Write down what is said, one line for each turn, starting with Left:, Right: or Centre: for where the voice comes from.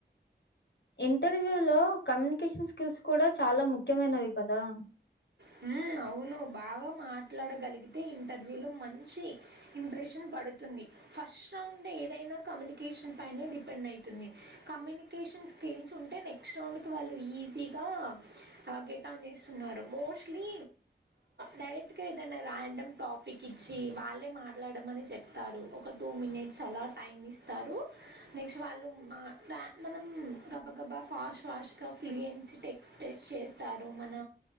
Left: ఇంటర్వ్యూ లో కమ్యూనికేషన్ స్కిల్స్ కూడా చాలా ముఖ్యమైనవి కదా
Right: హుమ్ అవును బాగా మాట్లాడగల్గితే ఇంటర్వ్యూ లో మంచి ఇంప్రెషన్ పడుతుంది ఫస్ట్ రౌండ్ ఏదైనా కమ్యూనికేషన్ పైనే డిపెండైతుంది కమ్యూనికేషన్ స్కిల్సుంటే నెక్స్ట్ రౌండ్కు ఈజీగా గేటడౌన్ మోస్ స్లీ డైరెక్ట్గా ఏదైనా ర్యాండమ్ టాపికిచ్చి వాళ్ళే మాట్లాడమని చెప్ ప్తారు ఒక టూ మినిట్స్ అలా టైమిస్తారు నెక్స్ట్ వాళ్ళు మ మనం గబ గబా ఫాస్ట్ ఫాస్ట్గా ఫ్లుయెన్సీ టె టెస్ట్ చేస్తారు మన